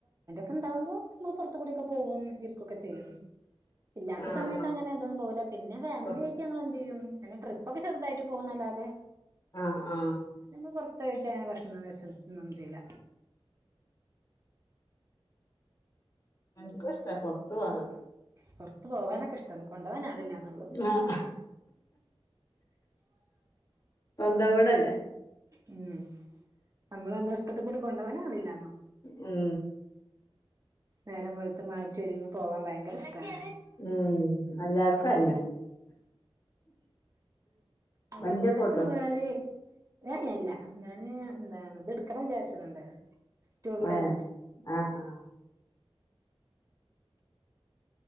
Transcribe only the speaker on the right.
<unintelligible> ആകുമ്പോൾ നമ്മള് പുറത്തുകൊടി ഒക്കെ പോവും ഇരിക്കൊക്കെ ചെയ്യും ഇല്ലാത്ത
സമയത്തു
അങ്ങനെ എങ്ങ്ങും പോവില്ല പിന്നെ ഫാമിലി
ആയിട്ട് ഞങ്ങൾ എന്ത് ചെയ്യും ട്രിപ്പ്‌ ഒക്കെ ചെറുതായിട്ട് പോകും എന്നല്ലാതെ
ഞങ്ങൾ പുറത്തു പോയിട്ടു അങ്ങനെ ഭക്ഷണം കഴിഴിക്കുവോ ഒന്നും ചെയ്ല്ല
പുറത്ത് പോകാൻ ഒക്കെ ഇഷ്ടമാണ് കൊണ്ടുപോകാൻ ആൾ ഇല്ലന്നേയുള്ളു
ഉം നമ്മളെ നമ്മുടെ ഇഷ്ടത്തിന് കൊണ്ടുപോകാൻ ആളില്ല
നേരം വെളുത്ത് മാറ്റി ഒരുങ്ങി പോകാൻ ഭയങ്കര ഇഷ് - <unintelligible>
ഞമ്മൾ
വിചാരിച്ചത്
മാറി ഏ ഏ ഇല്ല ഞാന് എന്താണ് ഇത് ഇട്ക്കണം വിചാരിചാണ്ണ്ട് എന്താണ് ടു വീലർ